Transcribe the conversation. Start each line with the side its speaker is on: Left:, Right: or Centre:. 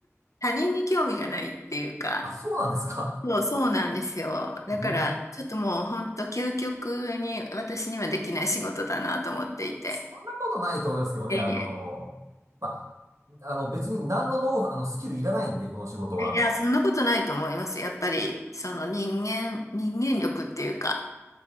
Left: 他人に興味がないっていうか、
Right: あ、そうなんですか。
Left: そう、そうなんですよ。
Right: <laughs>
Left: だから、
Right: 全、
Left: ちょっともう本当究極に私にはできない仕事だなと思っていて。
Right: そんなことないと思いますけどね。
Left: いやい
Right: あの、まあ、あの、別に何のノウ、あの、スキルいらないんで、この仕事は。
Left: や、いやそんなことないと思います。やっぱり、その人間、人間力っていうか、